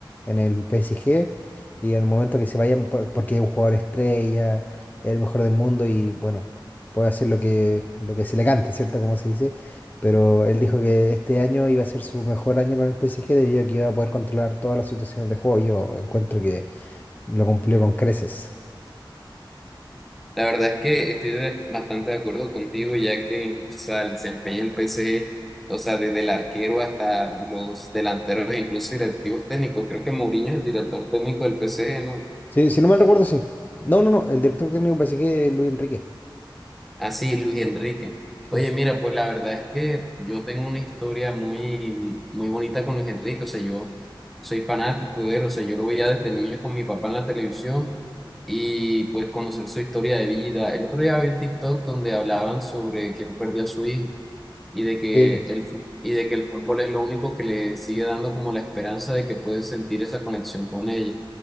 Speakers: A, on the left; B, in the centre.
A: en el PSG y en el momento que se vayan, por- porque es un jugador estrella, es el mejor del mundo y bueno, puede hacer lo que, lo que se le cante, ¿cierto? Como se dice, pero él dijo que este año iba a ser su mejor año con el PSG debido a que iba a poder controlar todas las situaciones de juego y yo encuentro que lo cumplió con creces.
B: La verdad es que estoy de- bastante de acuerdo contigo, ya que o sea, el desempeño del PSG, o sea, desde el arquero hasta los delanteros e incluso directivos técnicos, creo que Mourinho es el director técnico del PSG, ¿no?
A: Sí, si no mal recuerdo, sí. No, no, no, el director técnico del PSG es Luis Enrique.
B: Así, Luis Enrique.
A: Sí,
B: Oye,
A: sí.
B: mira, pues la verdad es que yo tengo una historia muy, muy bonita con Luis Enrique. O sea, yo soy fanático de él. O sea, yo lo veía desde niño con mi papá en la televisión y pues conocer su historia de vida. El otro día vi un TikTok donde hablaban sobre que él perdió a su hijo y de que
A: Sí,
B: el, fu- y de que el fútbol es lo único que le sigue dando como la esperanza de que puede sentir esa conexión con ella.